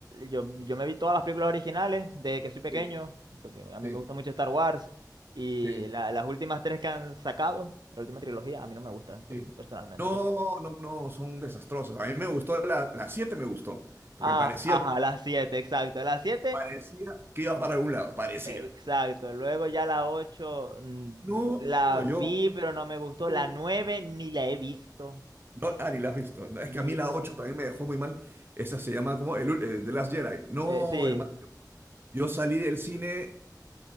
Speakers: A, on the right; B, on the right.
A: yo, yo me vi todas las películas originales desde que soy pequeño,
B: sí,
A: porque a mí
B: sí,
A: me gusta mucho Star Wars. Y
B: sí.
A: la- las últimas tres que han sacado, la última trilogía, a mí no me gustan per-
B: Sí.
A: personalmente,
B: No,
A: lo siento.
B: no, no, son desastrosos. A mí me gustó, la, la 7 me gustó, porque
A: Ah,
B: parecía,
A: ajá, las siete, exacto. Las siete,
B: parecía que iba para algún lado, parecía.
A: exacto. Luego ya la ocho mm,
B: No,
A: la
B: yo,
A: vi, pero no me gustó.
B: uh,
A: La nueve ni la he visto.
B: no, ah, ni la has visto. No, Es
A: Ni-
B: que a mí la 8 también me dejó muy mal. Esa se llama como el, ul- eh, The Last Jedi. No,
A: eh, sí,
B: hermano, yo salí del cine